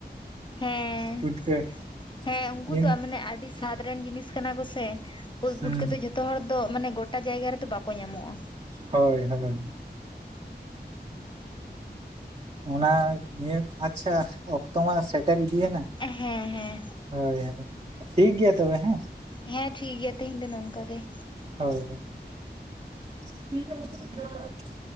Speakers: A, on the left (about 25°); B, on the right (about 35°).
A: ᱦᱮᱸ
B: ᱠᱩᱴᱠ <unintelligible>
A: ᱦᱮᱸ ᱩᱱᱠᱩ ᱫᱚ ᱢᱟᱱᱮ ᱟᱹᱰᱤ ᱥᱟᱫ ᱨᱮᱱ ᱡᱤᱱᱤᱥ ᱠᱟᱱᱟ ᱠᱚᱥᱮ ᱩᱫ
B: ᱦᱩᱸ
A: ᱯᱩᱴᱠᱟᱹ ᱫᱚ ᱡᱷᱚᱛᱚ ᱦᱚᱲ ᱫᱚ ᱢᱟᱱᱮ ᱜᱚᱴᱟ ᱡᱟᱭᱜᱟ ᱨᱮᱫᱚ ᱵᱟᱠᱚ ᱧᱟᱢᱚᱜᱼᱟ᱾
B: ᱦᱳᱭ ᱦᱳᱭ᱾ ᱚᱱᱟ ᱱᱤᱭᱟᱹ ᱟᱪᱪᱷᱟ ᱚᱠᱛᱚ ᱢᱟ ᱥᱮᱴᱮᱨ ᱤᱫᱤᱭᱮᱱᱟ᱾
A: ᱦᱮᱸ ᱦᱮᱸ᱾
B: ᱦᱳᱭ ᱦᱳᱭ ᱴᱷᱤᱠ ᱜᱮᱭᱟ ᱛᱚᱵᱮ ᱦᱮᱸ
A: ᱦᱮᱸ ᱴᱷᱤ ᱜᱮᱭᱟ ᱛᱮᱦᱮᱧ ᱫᱚ ᱱᱚᱝᱠᱟ ᱜᱮ ᱾
B: ᱦᱳᱭ ᱦᱳᱭ, <unintelligible>